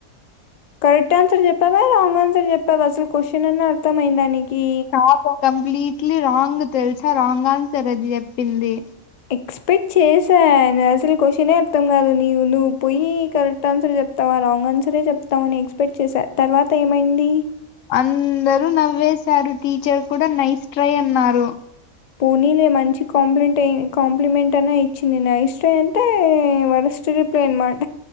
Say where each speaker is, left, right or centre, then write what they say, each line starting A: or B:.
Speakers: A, on the left (about 85°); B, on the left (about 70°).
A: కరెక్ట్ ఆన్సర్ చెప్పావా రాంగ్ ఆన్సర్ చెప్పావా అసలు కోషన్ అన్నా అర్థంమయిందా నీ కీ
B: కాదు కంప్లీట్లీ రాంగ్ తెలుసా రాంగ్ ఆన్సర్ అది చెప్పింది
A: ఎక్స్పెక్ట్ చేసా అసలు క్వశ్చనే అర్థం కాదు నవ్వు నువ్వు పోయి కరెక్ట్ ఆన్సర్ చెప్తావా రాంగ్ ఆన్సరే చెప్తావని ఎక్స్పెక్ట్ చేసా తర్వాత ఏమైంది
B: అందరూ నవ్వేశారు టీచర్ కూడా నైస్ ట్రై అన్నారు
A: పోనీలే మంచి కాంపిమెంట్ అ కాంప్లిమెంట్ అన్నా ఇచ్చింది నైస్ ట్రై అంటే వరస్ట్ రిప్లై అనమాట